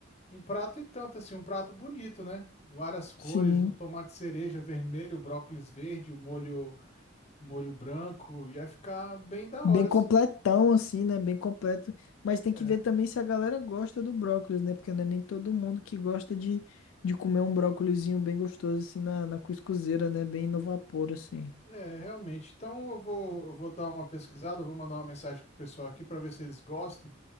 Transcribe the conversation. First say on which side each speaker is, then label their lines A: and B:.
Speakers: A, on the left; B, on the left.
A: um prato e tanto, assim, um prato bonito, né? Várias cores,
B: Sim,
A: um tomate cereja vermelho, brócolis verde, o molho, molho branco, ia ficar bem da
B: bem
A: hora, assim.
B: completão assim, né? Bem completo. Mas tem
A: É.
B: que ver também se a galera gosta do brócolis, né? Porque não é nem todo mundo que gosta de, de comer um brócolizinho bem gostoso assim na, na cuscuzeira, né? Bem no vapor assim.
A: É, realmente. Então eu vou, eu vou dar uma pesquisada, eu vou mandar uma mensagem pro pessoal aqui para ver se eles gostam.